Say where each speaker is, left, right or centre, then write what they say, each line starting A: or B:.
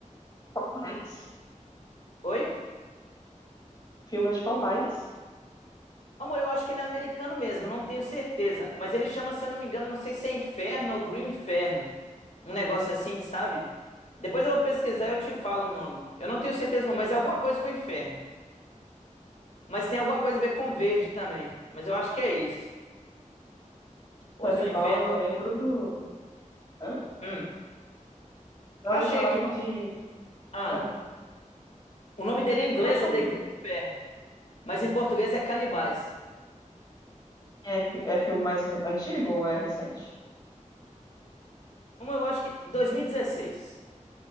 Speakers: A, on the left; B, on the left.
A: Mas,
B: Oi?
A: filme é de qual país?
B: Amor, eu acho que ele é americano mesmo, eu não tenho certeza. Mas ele chama, se eu não me engano, não sei se é Inferno ou Green Inferno. Um negócio assim, sabe? Depois eu vou pesquisar e eu te falo o nome. Eu não tenho certeza não, mas é alguma coisa com Inferno. Mas tem alguma coisa a ver com verde também. Mas eu acho que é isso. Ou
A: Canibal,
B: é só Inferno
A: eu lembro
B: ou
A: do. Hã?
B: Hum.
A: Não,
B: Achei
A: eu ia falar
B: aqui,
A: aqui
B: ó.
A: de
B: Ah.
A: Ah,
B: O nome dele em
A: não
B: inglês
A: pode falar.
B: é The
A: um
B: Green Inferno, mas em português é Canibais.
A: É, é filme mais antigo ou é recente?
B: Como eu acho que 2016.